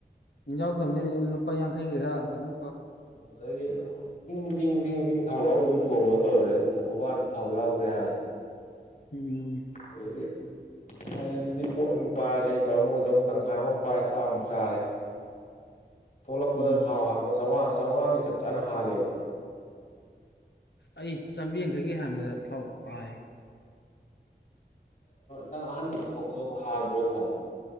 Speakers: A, on the left (about 75°); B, on the left (about 50°).
A: ꯌꯥꯎꯗꯕꯅꯦ ꯂꯨꯄꯥ ꯌꯥꯡꯈꯩꯒꯤꯔꯥ ꯀꯩꯅꯣ
B: ꯑꯗꯩꯗꯤ ꯇꯤꯡ ꯇꯤꯡ ꯇꯤꯡ ꯇꯤꯡ ꯊꯥꯎ ꯌꯥꯎꯗꯕꯩ ꯆꯣꯡꯉꯣ ꯇꯧꯔꯦ ꯑꯗꯨ ꯍꯕꯥꯜꯗ ꯊꯥꯎ ꯌꯥꯎꯗ꯭ꯔꯦ ꯍꯥꯏꯔꯦ
A: ꯎꯝ
B: ꯑꯗꯩꯗꯤ ꯐꯔꯦ ꯑꯗꯨꯗꯤ ꯄꯣꯠ ꯑꯃꯨꯛ ꯄꯥꯏꯔꯁꯦꯅ ꯇꯧꯔ ꯃꯣꯏꯗ ꯑꯃꯨꯛ ꯇꯪꯈꯥꯏ ꯑꯃꯃꯨꯛ ꯄꯥꯏꯔꯦ ꯆꯥꯛ ꯑꯃꯨꯛ ꯆꯥꯔꯦ ꯊꯣꯛꯂꯛꯄꯗ
A: ꯎꯝ
B: ꯊꯥꯎ ꯍꯥꯟꯕꯗ ꯆꯧꯉꯥ ꯆꯧꯉꯥꯒꯤ ꯆꯞ ꯆꯥꯅ ꯍꯥꯜꯂꯦꯕ
A: ꯑꯩ ꯆꯥꯝꯃ꯭ꯔꯤ ꯌꯥꯡꯈꯩꯀꯤ ꯍꯥꯟꯕꯗ ꯊꯥꯎꯛ ꯄꯥꯏ
B: ꯅꯪ ꯑꯍꯥꯟꯕ ꯊꯧꯗꯣꯛꯄꯗꯣ ꯍꯥꯟꯗ꯭ꯔꯣ ꯊꯥꯎ